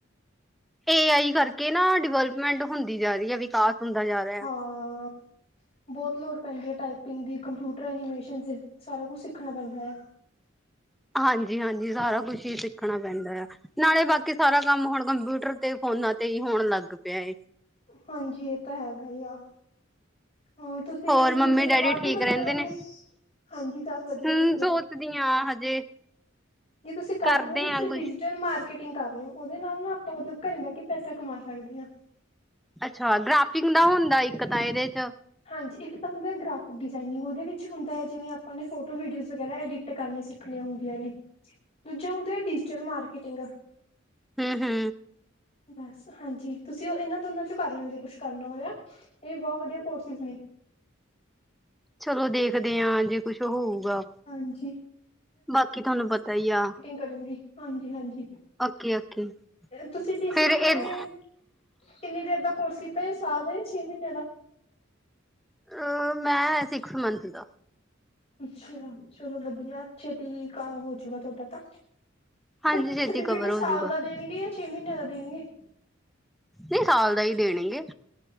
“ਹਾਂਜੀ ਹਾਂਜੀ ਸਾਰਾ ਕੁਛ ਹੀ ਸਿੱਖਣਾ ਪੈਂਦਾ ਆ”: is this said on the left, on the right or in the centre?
Centre